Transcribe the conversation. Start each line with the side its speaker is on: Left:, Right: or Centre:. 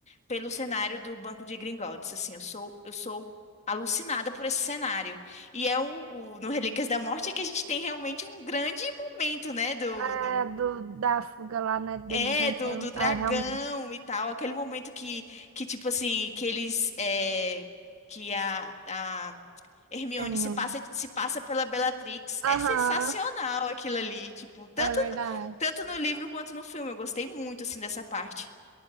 Left: pelo cenário do Banco de Gringotts, assim, eu sou, eu sou alucinada por esse cenário. E é o, o- no Relíquias da Morte é que a gente tem realmente um grande momento, né, do
Right: é
Left: do
Right: do, da fuga lá, né? Deles
Left: é,
Right: entrando.
Left: do, do dragão
Right: Ah, realmente.
Left: e tal. Aquele momento que, que tipo assim, que eles. é, que a, a Hermione
Right: Terminou.
Left: se passa, se passa pela Bellatrix.
Right: Aham.
Left: É sensacional aquilo ali. Tipo, tanto,
Right: É verdade.
Left: no- tanto no livro quanto no filme. Eu gostei muito, assim, dessa parte.